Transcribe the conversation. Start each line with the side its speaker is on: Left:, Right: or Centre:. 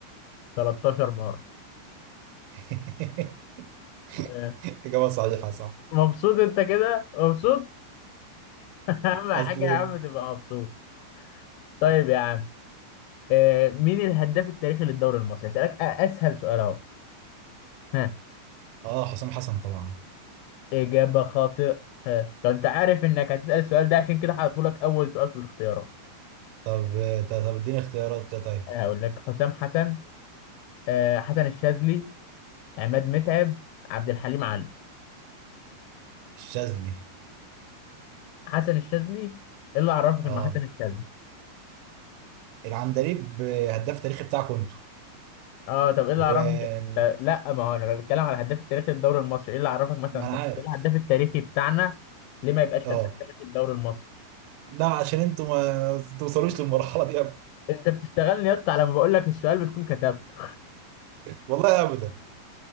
Left: 13 مرة
Right: <laughs>
Left: آه.
Right: إجابة صحيحة صح
Left: مبسوط انت كده مبسوط <laughs> اهم حاجة
Right: اصل
Left: يا عم تبقى مبسوط طيب يا عم آه، مين الهداف التاريخي للدوري المصري هسألك أ- اسهل سؤال اهو ها
Right: اه حسام حسن طبعا
Left: اجابه خاطئه ها لو انت عارف انك هتسأل السؤال ده عشان كده هحطهولك اول سؤال في الاختيارات
Right: طب طب اديني اختيارات كده طيب
Left: أنا هقول لك حسام حسن آه، حسن الشاذلي عماد متعب عبد الحليم علي
Right: الشاذلي
Left: حسن الشاذلي ايه اللي عرفك
Right: اه
Left: انه حسن الشاذلي
Right: العندليب هداف تاريخي بتاعكم انتوا
Left: اه طب ايه اللي
Right: و
Left: عرفك طب لا ما هو انا بتكلم على الهداف التاريخي للدوري المصري ايه اللي عرفك مثلا
Right: ما انا
Left: طب
Right: عارف
Left: إيه الهداف التاريخي بتاعنا ليه ما يبقاش
Right: اه
Left: هداف تاريخي للدوري المصري
Right: لا عشان انتوا ما توصلوش للمرحلة دي
Left: انت بتشتغلني يا اسطى على ما بقول لك السؤال بتكون كتبته
Right: والله ابدا